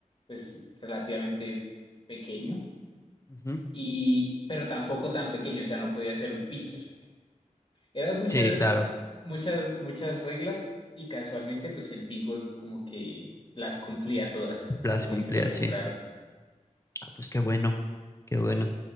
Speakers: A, on the left (about 40°); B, on the left (about 20°).
A: pues relativamente pequeño
B: Ujú.
A: y pero tampoco tan pequeño, o sea, no podía ser un pincher. Eran muchas
B: Sí, claro,
A: muchas muchas reglas y casualmente pues el Beagle como que las cumplía todas. Entonces
B: las cumplía,
A: sí se lo compraron.
B: sí. Ah, pues qué bueno, qué bueno.